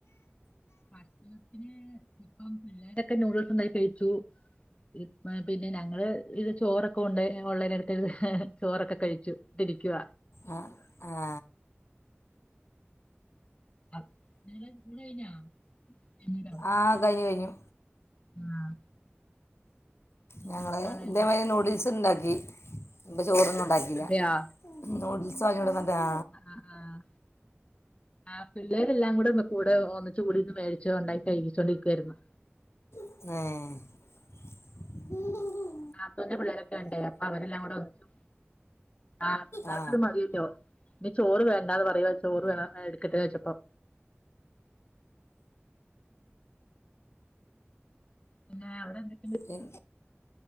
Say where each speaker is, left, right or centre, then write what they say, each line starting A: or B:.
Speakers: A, on the left (about 25°); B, on the left (about 75°).
A: ഭക്ഷണത്തിന് ഇപ്പം പിള്ളേരൊക്കെ നൂഡിൽസ്ണ്ടാക്കി കഴിച്ചു. ഇപ്പ പിന്നെ ഞങ്ങള് ഇത് ചോറൊക്കെ ഉണ്ട് ഞങ്ങൾ ഓൺലൈനെടുത്തിര്ന്ന് ചോറൊക്കെ കഴിച്ചു ത്തിരിക്കുവാ
B: ആ ആ
A: അഹ്, <unintelligible> കയ്ഞ്ഞാ <unintelligible>
B: ആഹ്, കഴിഞ്ഞു കഴിഞ്ഞു.
A: ആഹ് ഇനി
B: ഞങ്ങള്
A: കെടക്കാള്ളെല്ലാ
B: ഇതേമാരി നൂഡിൽസ്ണ്ടാക്കി. എൻ്റെ ചോറൊന്നും ഉണ്ടാ ഇല്ല്യ.
A: അതെയാ
B: നൂഡിൽസ് വാങ്ങി കൊടന്ന് രാ
A: ആഹ്, ആഹ് ആഹ്, പിള്ളേരെല്ലാം കൂടെ വെ കൂടെ ഒന്നിച്ച്കൂടി ഇന്ന് മേടിച്ച് ഉണ്ടാക്കി കഴിച്ചുകോണ്ടിരിക്കുവാരുന്നു.
B: ഏഹ്
A: നാത്തൂന്റെ പിള്ളേരൊക്കെ ഉണ്ടേ അപ്പൊ അവരെല്ലാം കൂടെ ഒന്നിച്ചു ആഹ് പിള്ളേർക്കരു
B: ആ
A: മതിയല്ലോ ഇനി ചോറ് വേണ്ടാന്ന് പറയുവ ചോറ് വേണോ എട്ക്കട്ടേ ചോയ്ച്ചപ്പം പിന്നേ അവിടെന്തെ
B: തിൻ